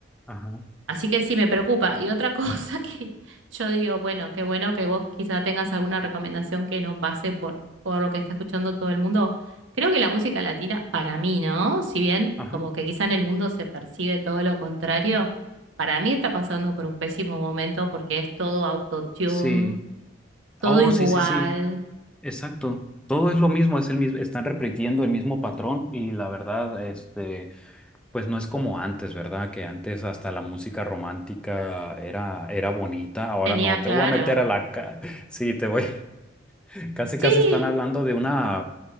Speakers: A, in the centre; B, on the right.
A: ajá,
B: Así que sí, me preocupa. Y otra cosa <laughs> que yo digo, bueno, qué bueno que vos quizá tengas alguna recomendación que no pase por, por lo que está escuchando todo el mundo. Creo que la música latina, para mí, ¿no? Si bien
A: ajá.
B: como que quizá en el mundo se percibe todo lo contrario, para mí está pasando por un pésimo momento porque es todo autotune,
A: Sí.
B: todo
A: Oh,
B: igual.
A: sí, sí, sí. Exacto. Todo es lo mismo, es el mismo, están repitiendo el mismo patrón y la verdad, este, Pues no es como antes, ¿verdad? Que antes hasta la música romántica era, era bonita, ahora
B: Tenía
A: no,
B: claro.
A: te voy a meter a la... ca- <laughs> Sí, te voy... <laughs> Casi,
B: Sí,
A: casi están hablando de una